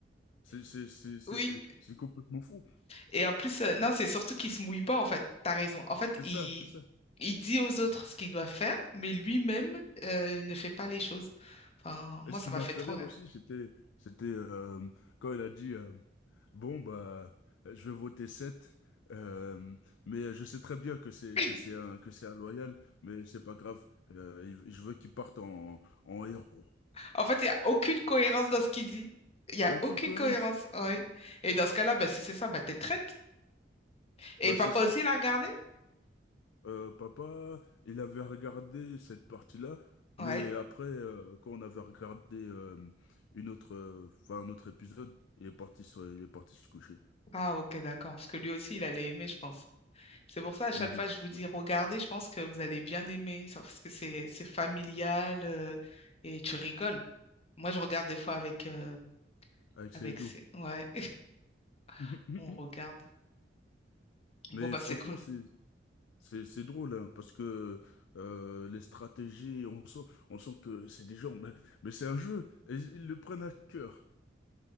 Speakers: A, on the left (about 80°); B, on the left (about 35°).
A: C'est c'est c'est c'est
B: Oui,
A: c'est complètement fou.
B: Et en plus, euh, non, c'est surtout qu'il se mouille pas, en fait. T'as raison. En fait,
A: C'est
B: il,
A: ça, c'est ça.
B: il dit aux autres ce qu'il doit faire, mais lui-même euh, ne fait pas les choses. Enfin,
A: Et
B: moi,
A: ce
B: ça
A: qui
B: m'a
A: m'a
B: fait
A: fait
B: trop
A: rire
B: rire.
A: aussi, c'était, c'était euh, quand elle a dit euh, bon bah je vais voter 7, euh, mais je sais très bien que c'est
B: <laughs>
A: que c'est un que c'est un loyal, mais c'est pas grave. euh, il- je veux qu'il parte en en héros.
B: En fait, il n'y a aucune cohérence dans ce qu'il dit. Il n'y a
A: Il n'y a aucune
B: aucune
A: cohérence.
B: cohérence, ouais. Et dans ce cas-là, bah, si c'est ça, bah, t'es traite. Et
A: Bah
B: papa
A: c'est ça.
B: aussi l'a regardé?
A: Euh, papa, il avait regardé cette partie-là, mais
B: Ouais.
A: après euh, quand on avait regardé euh, une autre, euh, enfin un autre épisode, il est parti sur, il est parti se coucher.
B: Ah, ok, d'accord. Parce que lui aussi, il allait aimer, je pense. C'est pour ça, à chaque
A: Mhm.
B: fois, je vous dis,
A: Ouais.
B: regardez, je pense que vous allez bien aimer. ça, Parce que c'est c'est familial euh, et tu rigoles. Moi, je regarde des fois avec, euh,
A: Avec
B: Avec
A: Seydou.
B: ses... Ouais,
A: <laughs>
B: <laughs> on regarde. Bon,
A: Mais
B: bah,
A: franchement,
B: c'est cool.
A: c'est c'est c'est drôle hein, parce que euh, les stratégies, on sent on sent que c'est des gens, mais mais c'est un jeu et ils ils le prennent à cœur.